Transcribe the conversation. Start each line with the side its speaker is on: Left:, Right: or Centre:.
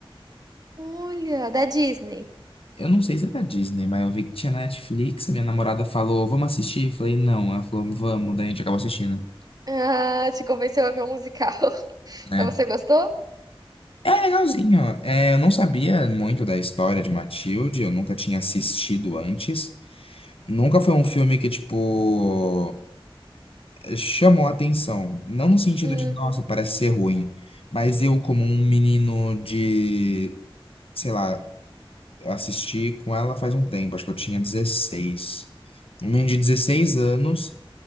Right: Olha, da Disney.
Left: Eu não sei se é da Disney, mas eu vi que tinha na Netflix, a minha namorada falou, vamos assistir? Eu falei, não. Ela falou, vamos, daí a gente acabou assistindo,
Right: Ah, te convenceu a ver um musical. <laughs>
Left: né?
Right: Mas Você gostou?
Left: É legalzinho. É, eu não sabia muito da história de Matilde, eu nunca tinha assistido antes. Nunca foi um filme que, tipo. chamou a atenção. Não no sentido
Right: Uhum.
Left: de, nossa, parece ser ruim. Mas eu, como um menino de, sei lá, eu assisti com ela faz um tempo, acho que eu tinha 16. Um menino de 16 anos